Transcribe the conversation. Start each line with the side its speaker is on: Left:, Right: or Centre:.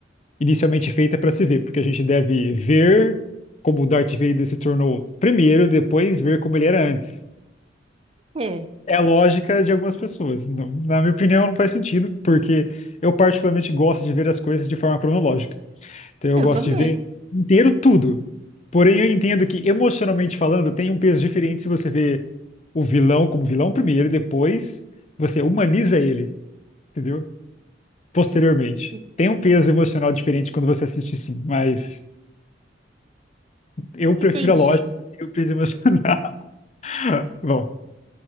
Left: inicialmente feita para se ver, porque a gente deve ver como o Darth Vader se tornou primeiro, depois ver como ele era antes.
Right: É,
Left: é a lógica de algumas pessoas. Não- na minha opinião, não faz sentido, porque eu particularmente gosto de ver as coisas de forma cronológica. Então eu
Right: eu
Left: gosto
Right: também.
Left: de ver inteiro tudo. Porém, eu entendo que, emocionalmente falando, tem um peso diferente se você vê o vilão como vilão primeiro e depois você humaniza ele, entendeu? Posteriormente.
Right: En-
Left: Tem um peso emocional diferente quando você assiste, sim, mas eu prefiro
Right: Entendi.
Left: a lógica e o peso emocional. <laughs> Bom,